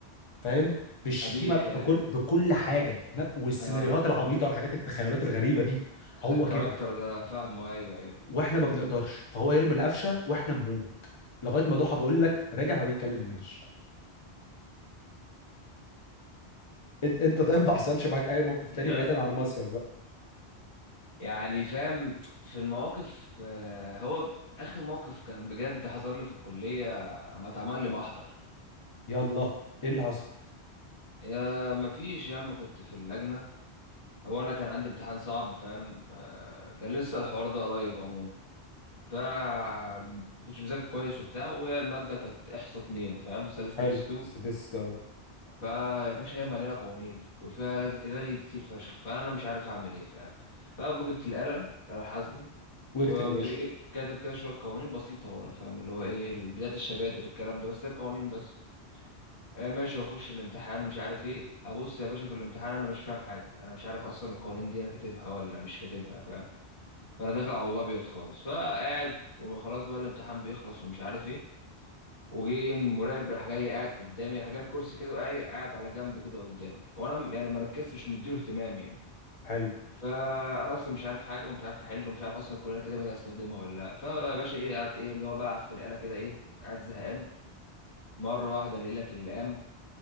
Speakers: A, on the left (about 35°); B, on the left (about 85°).
A: فاهم بالشتيمة
B: قبيح
A: بكل
B: يا
A: بكل حاجة ن- والسيناريوهات
B: اه
A: العبيطة والحاجات التخيلات الغريبة دي هو
B: الكاركتر
A: كده
B: ده فاهمه ايوه ايوه
A: واحنا ما بنقدرش فهو يرمي القفشة واحنا نموت لغاية ما ضحى بقول لك راجع ما بيكلمناش انت انت طيب ما حصلش معاك اي موقف تاني
B: يز
A: بعيدا عن المصيف بقى
B: يعني فاهم في المواقف آه، هو اخر موقف كان بجد حصل لي في الكليه اما اتعمل لي محضر
A: يلا ايه اللي حصل
B: يا ما فيش يا عم كنت في اللجنه هو انا كان عندي امتحان صعب فاهم آه، كان لسه الحوار ده قريب عموما ف ما كنتش مذاكر كويس وبتاع وهي الماده كانت احصاء اتنين فاهم statistics
A: حلو
B: 2
A: سديسكا
B: فيا باشا هي مليانه قوانين وفيها رز- رغي كتير فشخ فانا مش عارف اعمل ايه فاهم فاول ما جبت الاله الاله الحاسبه
A: واكتب
B: وقمت
A: يا باشا
B: ايه كاتب كده شويه قوانين بسيطه ورا فاهم اللي هو ايه بدايه الشباتر الكلام ده بس هي قوانين بس آه ماشي واخش الامتحان ومش عارف ايه ابص يا باشا في الامتحان انا مش فاهم حاجه انا مش عارف اصلا القوانين دي انا كاتبها ولا مش كاتبها فاهم فانا داخل على الابيض خالص فقاعد وخلاص بقى الامتحان بيخلص ومش عارف ايه وجه المراقب راح جاي قاعد قدامي راح جايب كرسي كده وقاعد قاعد على جنب كده قدامي وانا م- يعني مركزتش مش مديله اهتمام يعني
A: حلو
B: فانا اصلا مش عارف حاجه ومش عارف احله ومش عارف اصلا الكليه كاتبها دي هستخدمها ولا لا فباشا ايه قاعد ايه اللي هو بلعب في الاله كده ايه قاعد زهقان مره واحده الاقي لك اللي قام